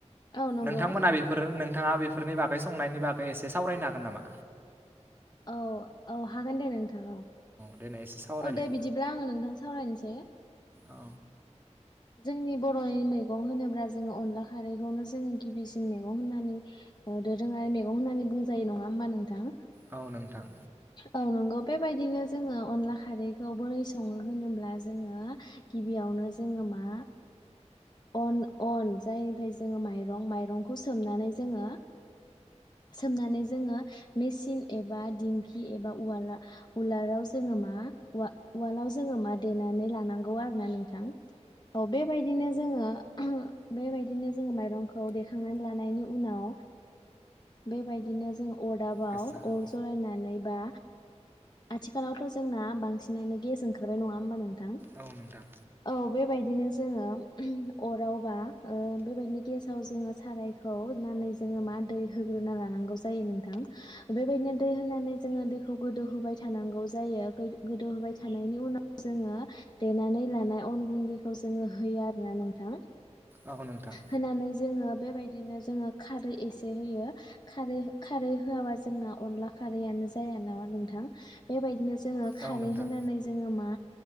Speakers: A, on the left (about 35°); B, on the right (about 20°).
A: औ नंगौ
B: नोंथांमोना बेफोर नों नोंथाङा बेफोरनि बागै संनायनि बागै एसे सावरायनो हागोन नामा
A: औ औ हागोन दे नों नोंथां औ
B: देनाय एसे सावरायलाय
A: औ दे बिदिब्ला आङो नोंथां सावरायनोसै
B: औ
A: जोंनि बर'नि मैगं होनोब्ला जोङो अनला खारैखौनो जोङो गिबिसिन मैगं होननानै दोरोङारि मैगं होननानै बुंजायो नङा होमबा नोंथां
B: औ नोंथां
A: औ नंगौ बेबायदिनो जोङो अनला खारैखौ बोरै सङो होनोब्ला जोङो गिबियावनो जोङो मा अन अन जायनिफ्राय जोङो माइरं माइरंखौ सोमनानै जोङो सोमनानै जोङो मेसिन एबा दिंखि एबा उवाल उलालाव जोङो मा उवालाव जोङो मा देनानै लानांगौ आरो ना नोंथां औ बेबायदिनो जोङो बेबायदिनो जोङो माइरंखौ देखांनानै लानायनि उनाव बेबायदिनो जों अदाबाव
B: गोसा होन
A: सावरायनानै बा आथिखालावथ' जोंना बांसिनानो गेस ओंखारबाय नङा होमबा नों नोंथां
B: औ नोंथां
A: औ बेबायदिनो जोङो अरावबा बेबायदिनो गेसाव जोङो सारायखौ होननानै जोङो मा दै होग्रोना लानांगौ जायो नोंथां बेबायदिनो दै होनानै जोङो दैखौ गोदौहोबाय थानांगौ जायो गोदौ होबाय थानायनि उनाव जोङो देनानै देनानै लानाय अन गुन्दैखौ होयो आरोना नोंथां
B: औ नोंथां
A: होनानै जोंयो बेबादिनो जोंङो खारै एसे होयो खारै खारै होआबा जों जोंना अनला खारैआानो जाया नामा नोंथां बेबायदिनो जोङो
B: औ
A: खारै
B: नोंथां
A: होनानै जोङो मा